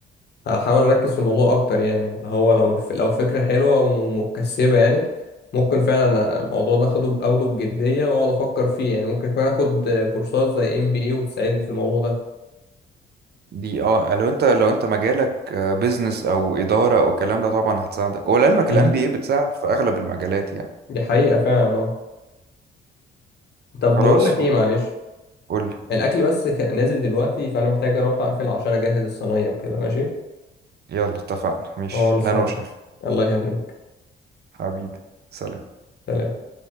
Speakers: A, on the left; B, on the right.
A: هحاول اركز في الموضوع اكتر يعني اللي هو لو الف... لو الفكره حلوه ومكسبه يعني ممكن فعلا الموضوع ده اخده اخده بجديه واقعد افكر فيه يعني ممكن كمان اخد كورسات زي ام بي اي وتساعدني في الموضوع ده
B: دي اه لو انت لو انت مجالك بيزنس او اداره او الكلام ده طبعا هتساعدك ولعلمك
A: امم
B: الام بي اي بتساعد في اغلب المجالات يعني
A: دي حقيقه فعلا اه طب
B: خلاص
A: بقول لك ايه معلش
B: قول لي
A: الاكل بس ك- نازل دلوقتي فانا محتاج اروح اقفل عشان اجهز الصينيه وكده ماشي
B: يلا اتفقنا ماشي
A: خلصان
B: لا انا وشريف
A: الله يهنيك
B: حبيبي سلام
A: سلام